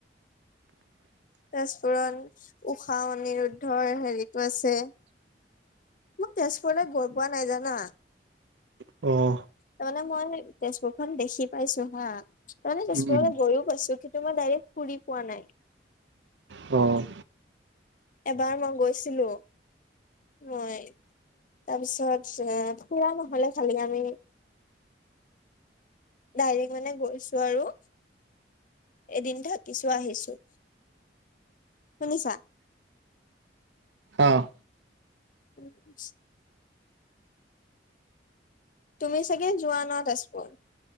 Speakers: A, on the left; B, on the right.
A: তেজপুৰত, ঊষা-অনিৰুদ্ধৰ হেৰিটো আছে। মই তেজপুৰলৈ গৈ পোৱা নাই, জানা।
B: অ'।
A: তাৰমানে, মই তেজপুৰখন দেখি পাইছোঁ, হাঁ। তাৰে তাতো
B: উম,
A: গৈও পাইছোঁ, কিন্তু মই ডাইৰেক্ট ফুৰি পোৱা নাই।
B: অ'।
A: এবাৰ, মই গৈছিলোঁ, মই। তাৰ পিছত, ফুৰা নহ'ল। খালী আমি ডাইৰেক্ট, মানে, গৈছোঁ, আৰু এদিন থাকিছোঁ, আহিছোঁ। শুনিছা?
B: অ',
A: উ <unintelligible> তুমি, চাগে, জোৱানত আছ, বোন?